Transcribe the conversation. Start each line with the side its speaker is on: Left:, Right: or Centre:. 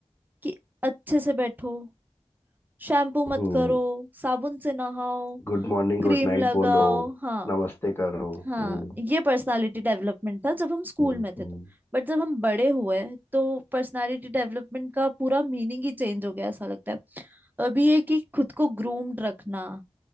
Right: कि अच्छे से बैठो शैम्पू मत
Left: हम्म
Right: करो साबुन से नहाओ
Left: गुड मॉर्निंग
Right: क्रीम
Left: गुड नाइट
Right: लगाओ
Left: बोलो
Right: हाँ
Left: नमस्ते करो
Right: हाँ
Left: हम्म
Right: ये पर्सनालिटी डेवलपमेंट था जब हम स्कूल
Left: हम्म
Right: में
Left: हम्म
Right: थे तो बट जब हम बड़े हुए तो पर्सनालिटी डेवलपमेंट का पूरा मीनिंग ही चेंज हो गया ऐसा लगता है अभी ये कि खुद को ग्रूम्ड रखना